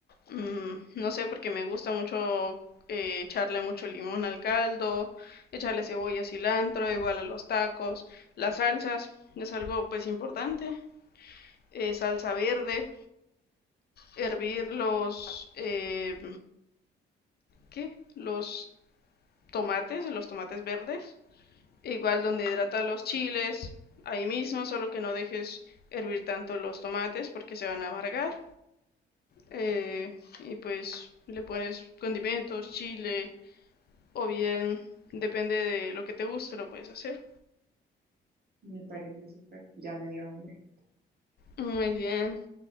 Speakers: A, on the left; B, on the right.
A: Mm, no sé, porque me gusta mucho eh, echarle mucho limón al caldo, echarle cebolla, cilantro, igual a los tacos. Las salsas es algo pues importante. Eh, salsa verde, hervir los... eh, ¿Qué? Los tomates, los tomates verdes. Igual donde hidrata los chiles, ahí mismo, solo que no dejes hervir tanto los tomates porque se van a amargar. Eh, y pues le pones condimentos, chile, o bien, depende de lo que te guste, lo puedes hacer.
B: Me parece súper, ya me dio hambre.
A: Muy bien.